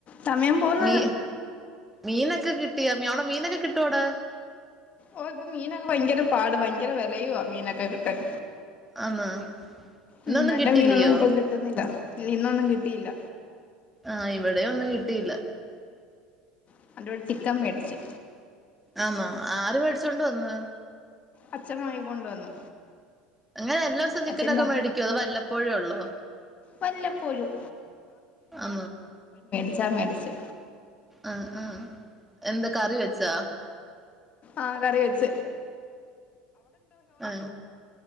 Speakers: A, on the left; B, in the centre.
A: സമയം പോന്ന്
B: മീ മീനൊക്കെ കിട്ടിയാ അവിടെ മീനൊക്കെ കിട്ടുവോട
A: ഓ ഇപ്പൊ മീനൊക്കെ ഭയങ്കര പാട് ഭയങ്കര വിലയുവാ മീനൊക്കെ കിട്ടാൻ
B: ആന്നോ ഇന്നൊന്നും
A: ഉം നല്ല
B: കിട്ടില്ലയോ
A: മീനൊന്നും ഇപ്പൊ കിട്ടുന്നില്ല ഇല്ല ഇന്നൊന്നും കിട്ടിയില്ല
B: ആഹ് ഇവിടെ ഒന്നും കിട്ടിയില്ല
A: <unintelligible> ചിക്കൻ മേടിച്ചു
B: ആന്നൊ ആര് പഠ- മേടിച്ചോണ്ട് വന്ന്
A: അഛൻ വങ്ങിക്കൊണ്ട് വന്നു
B: അങ്ങനെ എല്ലാ ദിവസം ചിക്കനൊക്കെ
A: അച്ഛൻ്റെ
B: മേടിക്കോ അതൊ വല്ലപ്പോഴേ ഉള്ളോ
A: വല്ലപ്പോഴും
B: ആ
A: അച്ഛൻ മേടിച്ചു
B: ആഹ ആഹ എന്താ കറി വെച്ചാ
A: ആഹ കറി വെച്ച
B: ആ